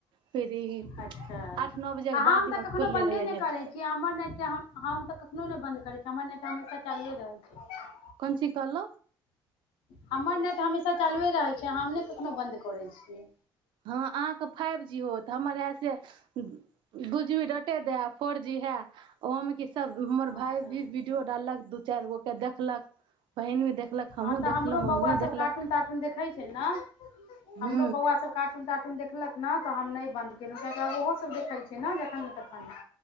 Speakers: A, on the right; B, on the left.
A: फिर ई
B: अच्छा
A: आठ नओ बजे के
B: आ हम
A: बाद इमहर
B: तऽ कखनो
A: खुलले
B: बन्दे
A: रहैया
B: नहि
A: नेट
B: करै छी हमर नेट तऽ हम हम तऽ कखनो नहि बंन्द करैत छीय हमर नहि तऽ हमेशा चालि रहल छै
A: कोन ची कहल
B: हमर ननैट तऽ हमेशा चालुए रहै छै हम नहि कखनो बन्द करै छीयै
A: हँ अहाँके फाइव जी होत हमरी ए सॅं दु जी दे फोर जी है ओहो मे की सब हमर
B: अच्छा
A: भाय भी वीडियो डाललक दू चारि गो के देखलक बहिन भी देखलक हमहुँ
B: हँ तऽ
A: देखलहु
B: हमरो
A: मम्मी
B: बौआ सब
A: देखलक
B: कार्टून तार्टून देखै छै ने हमरो
A: हु
B: बौआ सब कार्टून देखलक ने तऽ हम नहि बन्द केलहुँ कियकि आब ओहो सब देखै छीै ने जखन तखन